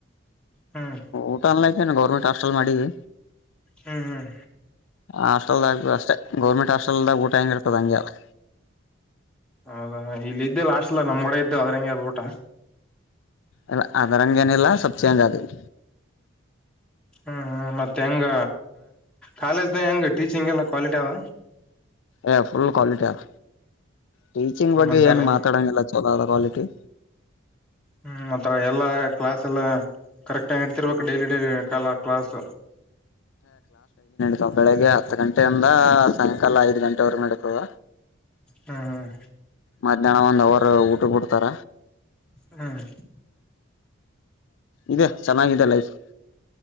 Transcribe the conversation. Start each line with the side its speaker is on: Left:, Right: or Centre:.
Centre: ಹ್ಮ್
Left: ಊಟ ಅಲಯತನೆ ಗೌರ್ಮೆಂಟ್ ಹಾಸ್ಪೆಟಲ್ ಮಾಡೀವಿ.
Centre: ಹ್ಮ್ ಹ್ಮ್
Left: ಹಾಸ್ಟೆಲ್ದಾಗ ಅಷ್ಟೆ ಗೌರ್ಮೆಂಟ್ ಹಾಸ್ಟೆಲ್ದಾಗ ಊಟ ಹೆಂಗಿರ್ ಅಂಗೇ ಅದ
Centre: ಹೌದಾ ಇಲ್ಲ ಇದಿದ್ದ್ದೆ ಲಾಸ್ಟ್ಲ್ ನಮ್ಗಡೆ ಇದ್ದು ಅದ್ರಂಗೆ ಅದು ಊಟ.
Left: ಅಲ್ಲ ಅದರಂಗೇನಿಲ್ಲ ಸಪ್ ಚೇಂಜ್ ಅದ್ರಿ.
Centre: ಹ್ಮ್ ಹ್ಮ ಮತ್ತೆ ಹೆಂಗ ಕಾಲೇಜ್ದ ಹೆಂಗ ಟೀಚಿಂಗ್ ಎಲ್ಲ ಕ್ವಾಲಿಟಿ ಅವ
Left: ಏ ಫುಲ್ ಕ್ವಾಲಿಟಿ ಅದ ಟೀಚಿಂಗ್ ಬಗ್ಗೆ
Centre: ಮತ್ತೆ
Left: ಏನ್
Centre: ಅಲ್ಲಿ
Left: ಮಾತಾಡೋಂಗಿಲ್ಲ ಚಲೋ ಕ್ವಾಲಿಟಿ ಟೆ
Centre: ಹ್ಮ್ ಮತ್ತ ಎಲ್ಲಾ ಕ್ಲಾಸ್ ಎಲ್ಲ ಕರೆಕ್ಟ್ ಆ ಹಿಡ್ತಿರ್ಬೇಕ್ ಡೈಲಿ ಡೈಲಿ ಕಾಲ ಕ್ಲಸ್
Left: ಸ ಬೆಳಿಗ್ಗೆ ಹತ್ತು ಗಂಟೆಯಿಂದ ಸಾಯಂಕಾಲ ಐದ್ ಗಂಟೆವರೆಗ ನಡತದ
Centre: ಹ್ಮ್ ಹ್ಮ್
Left: ಮಧ್ಯಾಹ್ನ ಒಂದ್ ಅವರ್ ಊಟ ಕೊಡ್ತಾರ
Centre: ಹ್ಮ್
Left: ಇದೆ ಚೆನ್ನಾಗಿದೆ ಲೈಫ್.